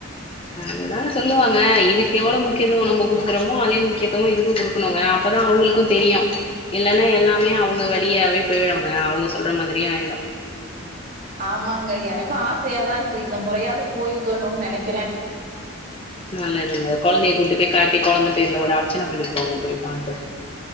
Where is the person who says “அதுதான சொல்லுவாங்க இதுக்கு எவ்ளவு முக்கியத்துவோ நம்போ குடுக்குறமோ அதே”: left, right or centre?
Left